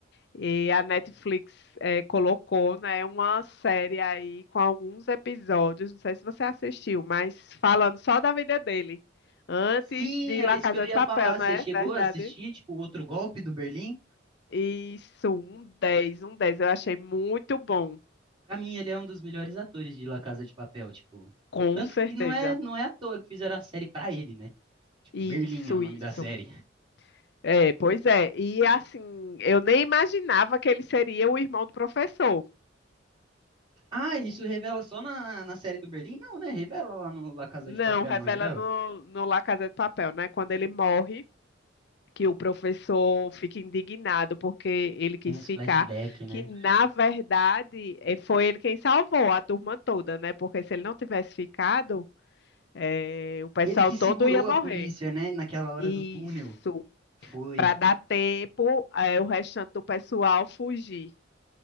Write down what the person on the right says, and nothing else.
Sim,
era
isso
que eu ia
falar.
Você
chegou
a assistir, tipo, o outro golpe do Berlim?
Pra mim, ele é um dos melhores atores de La Casa de Papel, tipo.
Tanto
que não é, não é à toa que fizeram a série pra ele, né? Tipo,
Berlim é o nome
da série.
Ah, isso revela só na, na série do Berlim? Não, né? Revela lá no La Casa
de Papel,
não revela?
Tem os
flashbacks, né?
Ele que
segurou
a polícia, né? Naquela hora
do túnel. Foi.